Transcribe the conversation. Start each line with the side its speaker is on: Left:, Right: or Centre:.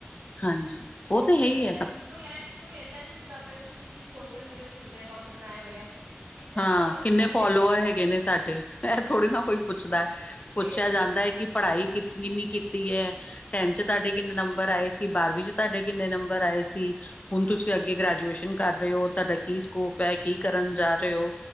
Left: ਹਾਂਜੀ,
Right: ਸੋਸ਼ਲ
Left: ਉਹ ਤਾਂ ਹੈ ਹੀ
Right: ਮੀਡੀਆ
Left: ਹੈ
Right: ਨੀ ਕੋਈ ਆ ਕੋਈ ਏਦਾਂ ਨ ਪੁੱਛਦਾ ਆਪਣੇ ਨੂੰ ਕਿ ਤੁਸੀ ਸੋਸ਼ਲ ਮੀਡੀਆ ਤੇ ਕਿੰਨੇ ਅਕਾਊਂਟ ਬਣਾਏ ਹੋਏ ਆ। ਕਿਤੇ
Left: ਹਾ
Right: ਵੀ ਜਾਓ ਆਪਣੇ
Left: ਕਿੰਨੇ
Right: ਪਹਿਲੇ
Left: ਫੋਲੋਅਰ ਹੈਗੇ ਨੇ ਤੁਹਾਡੇ ਐ ਥੋੜੀ
Right: ਹਾਂਜੀ,
Left: ਨਾ ਕੋਈ ਪੁੱਛਦਾ। ਪੁੱਛਿਆ
Right: ਇਹ ਨੀ ਕੋਈ
Left: ਜਾਂਦਾ
Right: ਪੁੱਛਦਾ
Left: ਹੈ ਕਿ ਪੜ੍ਹਾਈ ਕਿ ਕਿੰਨੀ ਕੀਤੀ ਹੈ ਟੈਨ ਚ
Right: ਹਾਂਜੀ,
Left: ਤੁਹਾਡੇ ਕਿੰਨੇ ਨੰਬਰ ਆਏ ਸੀ ਬਾਰਵੀਂ ਚ ਤੁਹਾਡੇ ਕਿੰਨੇ ਨੰਬਰ ਆਏ ਸੀ ਹੁਣ
Right: ਹਾਂਜੀ
Left: ਤੁਸੀਂ ਅੱਗੇ ਗ੍ਰੈਜੂਏਸ਼ਨ ਕਰ ਰਹੇ ਹੋ ਤੁਹਾਡਾ ਕੀ ਸਕੋਪ ਹੈ ਕੀ ਕਰਨ ਜਾ ਰਹੇ ਹੋ